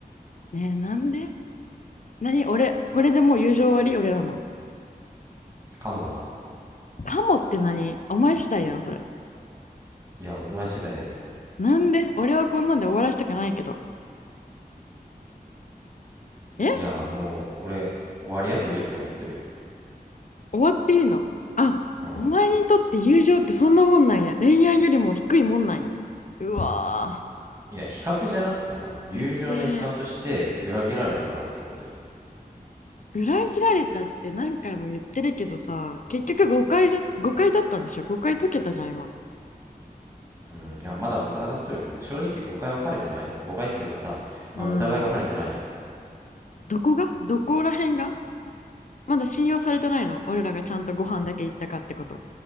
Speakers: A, on the left; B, on the right.
A: ねえ、なんで何俺、これでもう友情終わり俺らの。
B: かもな
A: かもって何お前次第やん、それ。
B: いや、お前次第やろ。
A: なんで俺はこんなんで終わらせたくないけど。え
B: いや、もう、俺、終わりやといいって思ってるよ。
A: 終わっていいのあ、
B: うん。
A: お前にとって友情ってそんなもんなんや。恋愛よりも低いもんなんや。うわぁ、
B: いや、比較じゃなくてさ、友情の一環として裏切られたからってことよ。
A: 最低。裏切られたって何回も言ってるけどさ、結局誤解じゃ、誤解だったんでしょ誤解解けたじゃん、今。
B: うん。いや、まだ疑っとるけどね、正直誤解は晴れてない。誤解っつうかさ、あ、
A: うーん。
B: 疑いは晴れてないよ。
A: どこがどこら辺がまだ信用されてないの俺らがちゃんとご飯だけ行ったかってこと。